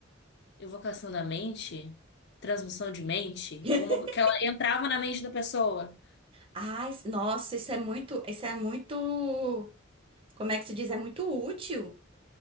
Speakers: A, on the left; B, on the right.
A: evocação da mente, transmissão de mente,
B: <laughs>
A: alguma coisa que ela entrava na mente da pessoa.
B: Ai, nossa, isso é muito, isso é muito, como é que se diz? É muito útil.